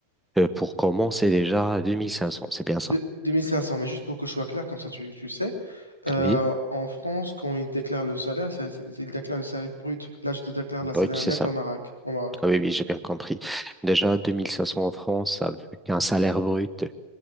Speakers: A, in the centre; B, on the left (about 90°).
A: euh, pour commencer déjà à 2500, c'est bien
B: De-
A: ça?
B: deux mille cinq cents mais juste pour que je sois clair, comme ça tu, tu sais, euh,
A: Oui,
B: en France, quand ils déclarent le salaire, ça- ça- ils déclarent le salaire brut. Là, je te déclare
A: brut,
B: le salaire
A: c'est
B: net
A: ça.
B: au Maroc. Au Maroc.
A: Ah oui, oui, j'ai bien compris. Déjà, 2500 en France avec un salaire brut.